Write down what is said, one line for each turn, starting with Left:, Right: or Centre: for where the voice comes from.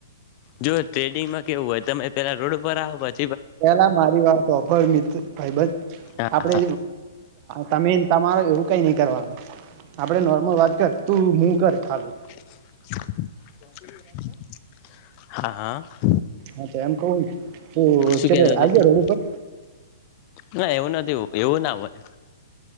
Left: જો ટ્રેડિંગમાં કેવું હોય તમે પેલા રોડ ઉપર આવો પછ
Right: પેલા મારી વાત અભર મિત્ર ભાઈબજ
Left: હા
Right: આપડે તમે તમાર એવું કઈ નહી કરવાનું આપડે નોર્મલ વાત કર તું હું કર થાગું
Left: <inaudible>
Right: હા તો એમ કવું તું
Left: શું
Right: ચ આઈ
Left: કેતા હતા
Right: ગયો રોડ ઉપર.
Left: ના એવું નથી એવું ના હોય.